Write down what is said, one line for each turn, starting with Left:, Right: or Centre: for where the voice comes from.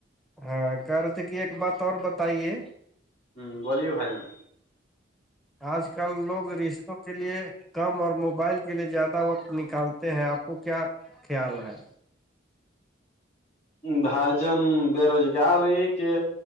Centre: ہاں کر رہ تھ کہ ایک بات اور بتائیے
Left: ہوں بویے بائی جان
Centre: آج کل لوگ رش کے لیے کم اور موبائل کے لیے زیادہ وقت نکالتے ہیں آپ کو کیا خیال ہے
Left: بھاجن بےروزگاری کے